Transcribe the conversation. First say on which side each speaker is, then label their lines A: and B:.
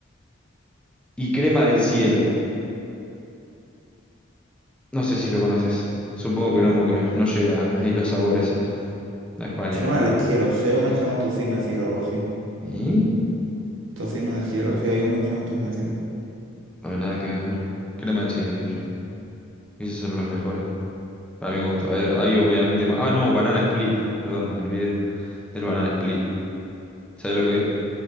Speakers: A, in the centre; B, on the right.
A: Y crema del cielo. No sé si lo conoces. Supongo
B: No.
A: que no, porque no llega ahí los sabores a, a España.
B: Se llama el cielo. Sé una que se llama tocino de cielo o algo así.
A: Y
B: Tocino de cielo. Sí, hay uno que se llama tocino de cielo.
A: No hay nada que ver, no. Crema del cielo, digo yo. Esos son los mejores. Para mi gusto. Hay, hay obviamente más. Ah, no, banana split. Perdón, me olvidé del banana split. ¿Sabes lo que es?